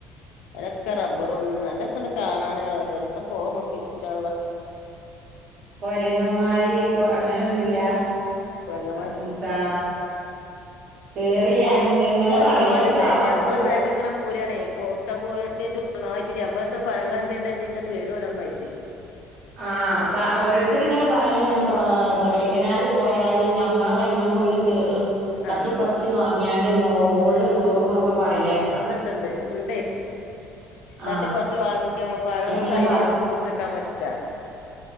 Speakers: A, on the left; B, on the right.
A: അവിടൊക്കെ റബ്ബറും നല്ലെ രെസാണ് കാണാന് ഒരൂസം പോകാമ്മക്ക് ഇൻഷാ അല്ലാഹ്
B: കൊരങ്ങന്മാര് കൊ അങ്ങനൊന്നുല്ലഏഹ്
A: കൊരങ്ങന്മാര്
B: എന്താ കേറി അയ് ഇങ്ങനെ
A: കൊരങ്ങന്മാരുണ്ട്
B: പറേണേക്കാ
A: ഞമ്മളെ
B: അവ്ട്ക്ക് പോ
A: ബേക്ക് ഇങ്ങനെ പോരാണേ കൊട്ടൊക്കെ ട്ടെയ്റ്റ് ഒന്നായിട്ട്ഞമ്മടുത്ത് പഴങ്ങൾ എന്തേണ്ടെച്ചി ഇങ്ങട്ട് വരും ഓരോന്നായിട്ട്
B: ആഹ് അപ്പ ഓരോരുത്തര് ഇങ്ങനെ പറയണ്ട് കൊടെക്കനാല് പോയാല് ഞമ്മളെ കൈമെന്ന് ഓല് ത് ഹ് തട്ടിപ്പറിച്ച്
A: ആഹ്
B: വാങ്ങിയാണ്ട് മൊ മോളില് കേറുംന്നൊക്കെ പറയ്ണേക്കാ
A: ഇണ്ട്ണ്ട് ഇണ്ടെ
B: ആ
A: തട്ടിപറിച്ച് വാങ്ങി പഴൊന്നും
B: അങ്ങനെ
A: കയ്യില്
B: പറയും.
A: ഞമ്മക്ക്പുടിച്ച് വെക്കാൻ പറ്റ് ല്ല